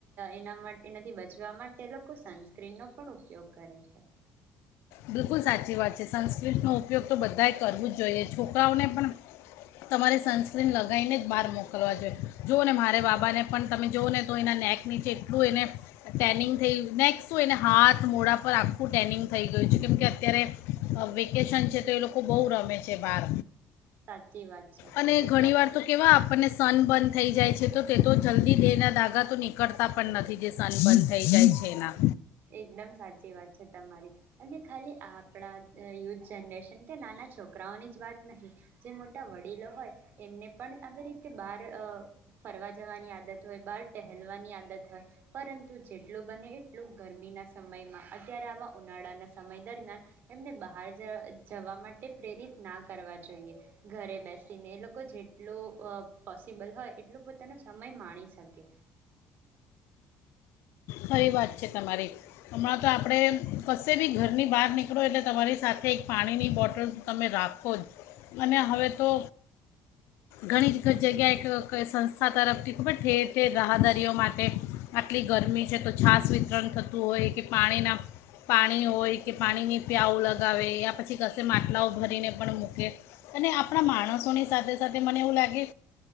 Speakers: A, on the right (about 55°); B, on the left (about 80°).
A: એના એનાથી બચવા માટે લોકો સનસ્ક્રીનનો પણ ઉપયોગ કરે છે.
B: બિલકુલ સાચી વાત છે. સંસ નો ઉપયોગ તો બધા એ કરવું જ જોઈએ. છોકરાઓને પણ તમારે સનસ્ક્રીન લગાઈને જ બહાર મોકલવા જોઈએ. જુઓ ને મારે બાબાને પણ તમે જુઓ ને તો એના નેક નીચે એટલું એને ટેનિંગ થય નેક શું એને હાથ મોડા પર આખું ટેનિંગ થય કેમકે અત્યારે વેકેશન છે તો એ લોકો બવ રમે છે બાર.
A: સાચી વાત છે
B: અને
A: એટલા
B: ઘણી વાર
A: જ
B: તો
A: માટે
B: કેવા આપણને સન બન થઈ જાય છે, તો તે તો જલ્દી દેહના દાગા નીકળતા પણ ન થી જે સનબન થઈ જાય છે એના.
A: એકદમ સાચી વાત છે તમારી અને ખાલી આપણા <inaudible> જનરેશન તે નાના છોકરાઓની જ વાત નહીં, જે મોટા વડીલો હોય એમને પણ આવી રીતે બહાર અ ફરવા જવાની આદત હોય, બહાર ટહેલવાની આદત હોય. પરંતુ જેટલું બને એટલું ગરમીના સમયમાં અત્યારે આવા ઉનાળાના સમય દરમિયાન એમને બહાર જ જવા માટે પ્રેરિત ના કરવા જોઈએ. ઘરે બેસીને એ લોકો જેટલું પોસિબલ હોય એટલું પોતાનો સમય માણી શકે.
B: ખરી વાત છે તમારી હમણાં તો આપણે કશે બી ઘરની બહાર નીકળો એટલે તમારી સાથે એક પાણીની બોટલ તમે રાખો જ અને હવે તો ઘણી ક જગ્યાએ ક ક સંસ્થા તરફથી ખૂબ જ ઠેર ઠેર રાહાદરીઓ માટે આટલી ગરમી છે તો છાસ વિતરણ થતું હોય કે પાણીના પાણી હોય કે પાણીની પ્યાઉ લગાવે યા પછી કશે માટલાઓ ભરીને પણ મૂકે અને આપણા માણસોની સાથે સાથે મને એવું લાગે